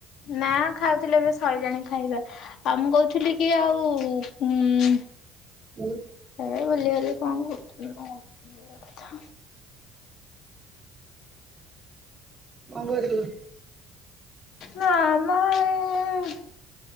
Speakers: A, on the left; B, on the right.
A: ନା ଖାଉଥିଲେ ଏବେ ଶଇଲାଣି ଖାଇବା। ଆଉ ମୁଁ କହୁଥିଲି କି ଆଉ ଉଁ
B: ଉଁ
A: <inaudible> କଥା
B: କଣ କରୁଥିଲୁ?
A: ନା ଆମ ଘରେ